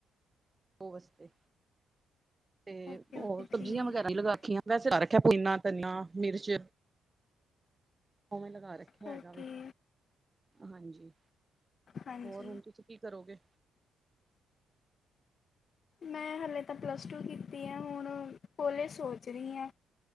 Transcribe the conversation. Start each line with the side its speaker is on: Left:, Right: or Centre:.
Right: ਉਹ ਵਾਸਤੇ, ਤੇ
Left: ਓਕੇ
Right: ਉਹ
Left: ਓਕੇ
Right: ਸਬਜ਼ੀਆਂ
Left: ਠੀਕ
Right: ਵਗੈਰਾ ਲਗਾ ਰਖੀਆਂ। ਵੈਸੇ ਤਾਂ ਲਗਾ ਰੱਖਿਆ, ਪਨਾ ਧਨੀਆ ਮਿਰਚ। ਲਗਾ ਰੱਖਿਆ
Left: ਓਕੇ
Right: ਹੈਗਾ ਵੇ, ਹਾਂਜੀ,
Left: ਹਾਂਜੀ
Right: ਹੋਰ ਹੁਣ ਤੁਸੀਂ ਕੀ ਕਰੋਗੇ।
Left: ਮੈਂ ਹਾਲੇ ਤਾਂ ਪਲੱਸ ਟੂ ਕੀਤੀ ਹੈ ਹੁਣ, ਕੋਲੇ ਸੋਚ ਰਹੀ ਆਂ।